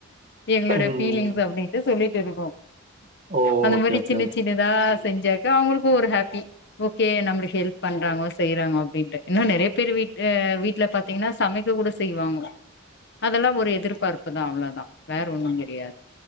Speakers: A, on the left (about 50°); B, on the right (about 35°).
A: எங்களுடே
B: ம்
A: பீலிங்ஸ் அப்டின்ட்டு சொல்லிட்டு இருப்போ
B: ஓ!
A: அந்த
B: ஓகே,
A: மாரி
B: ஓகே,
A: சின்ன
B: ஓகே.
A: சின்னதா செஞ்சாக்க அவங்களுக்கு ஒரு ஹாப்பி ஓகே நம்மளுக்கு ஹெல்ப் பண்றங்கோ செய்யறாங்கோ அப்டின்ட்டு இன்னு நெறைய பேர் வீட் வீட்டுல பாத் பாத்திங்கன்னா சமைக்க கூட செய்வாங்கோ அதெல்லா ஒரு எதிர்பார்ப்பு தா அவ்ளோதா வேற ஒன்னு கெடையாது